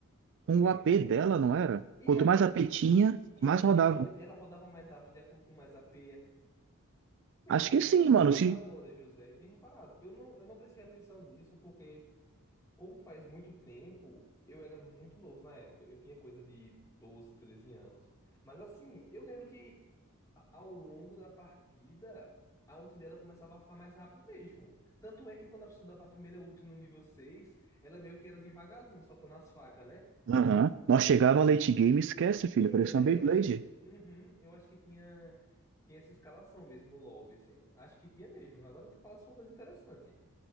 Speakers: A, on the left; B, on the right.
A: Com
B: com
A: o quê?
B: o AP dela, não era?
A: E
B: Quanto
A: era,
B: mais
A: tinha,
B: AP tinha,
A: tinha
B: mais
A: essa
B: rodava.
A: questão de, ela rodava mais rápido de acordo com mais a AP, Bem
B: Acho
A: bem
B: que
A: reparado
B: sim, mano. se
A: agora, José, bem reparado. Eu não, eu não prestei atenção nisso porque, como faz muito tempo, eu era muito novo na época. Eu tinha coisa de 12 13 anos. Mas assim, eu lembro que a- ao longo da partida, a ult dela começava a ficar mais rápido mesmo. Tanto é que quando a pessoa dava a primeira ult no nível 6 ela meio que era devagarzinho, soltando as facas, né?
B: Aham. Nós chegava a late game, esquece, filho,
A: Era,
B: parecia
A: era.
B: uma Beyblade.
A: Uhum, eu acho que tinha, tinha essa escalação mesmo no LoL. esse- Acho que tinha mesmo. Agora tu falasse uma coisa interessante.